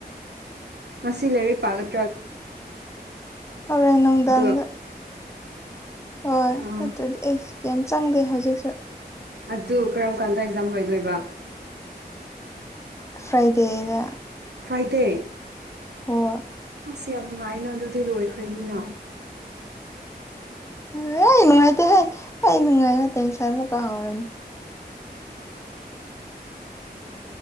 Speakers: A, on the right; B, on the left.
A: ꯉꯁꯤ ꯂꯥꯏꯔꯤꯛ ꯄꯥꯒꯗ꯭ꯔꯥ
B: ꯍꯣꯔꯦꯟ ꯅꯨꯡꯗꯥꯡꯗ
A: ꯑꯗꯨ
B: ꯍꯣꯏ
A: ꯑꯥ
B: ꯅꯠꯇ꯭ꯔꯗꯤ ꯑꯩ ꯀꯩꯝ ꯆꯪꯗꯦ ꯍꯧꯖꯤꯛꯁꯨ
A: ꯑꯗꯨ ꯀꯔꯝ ꯀꯥꯟꯗ ꯑꯦꯛꯖꯥꯝ ꯂꯣꯏꯗꯣꯏꯕ
B: ꯐ꯭ꯔꯥꯏꯗꯦꯗ
A: ꯐ꯭ꯔꯥꯏꯗꯦ
B: ꯍꯣꯏ
A: ꯁꯤ ꯌꯥꯝ ꯅꯨꯡꯉꯥꯏꯅ ꯑꯗꯨꯗꯤ ꯂꯣꯏꯈ꯭ꯔꯅꯤꯅ
B: ꯑꯣ ꯑꯩ ꯅꯨꯡꯉꯥꯏꯇꯦꯍꯦ ꯑꯩ ꯅꯨꯡꯉꯥꯏꯅ ꯇꯦꯟꯁꯟ ꯑꯃꯛꯀ ꯀꯥꯎꯔꯅꯤ